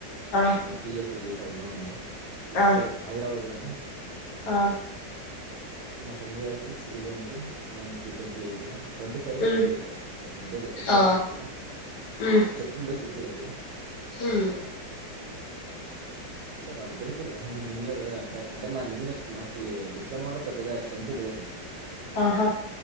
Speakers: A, on the left; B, on the right.
A: ఆ
B: అంగ పి ఎఫ్ గీ ఎఫ్ అవన్నీ ఉన్నాయి, ఇక్కడే
A: ఆ
B: హైదరాబాద్ లోనే
A: ఆ
B: మా ఫ్రెండ్ గాడికి సివిలోనికి వానికి ట్వంటీ ఎయిట్. ట్వంటీ ఫైవ్
A: ఉమ్
B: ట్వంటీ ఎయిట్ ఇప్పుడు ఎంతో చెయ్ ఎజాక్ట్
A: ఆ
B: తెలీదుగా
A: ఉమ్
B: చెప్పిండు గుర్ తెలేదు
A: ఉమ్
B: టె వాళ్ళద్దరికే లే ఇంగ మిగిలినోళ్లు అంత అంటే మా నిజం చెప్ మ డిప్లొమాల్లో పెద్దగా స్ట్రెంత్ లేరు.
A: ఆహా